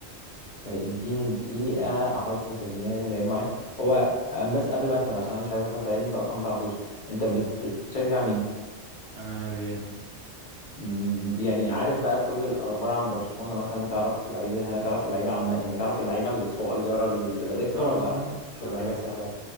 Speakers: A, on the left (about 50°); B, on the right (about 65°).
A: آه، اديني دقيقه احط في دماغي لعيب معين هو آه، بس قبل ما اسال عشان انا مش عايز احط لعيب انت اصلا ما تعرفوش انت
B: اه
A: بت- بتشجع مين
B: انا ريال
A: م- يعني عارف بقى كل الاخبار عن برشلونه مثلا تعرف لعيبه هنا تعرف اللعيبه عم يعني تعرف اللعيبه الصغيره اللي بتبقى دكه
B: اه اه
A: ولا
B: اه آه، عارف
A: اللعيبه السهله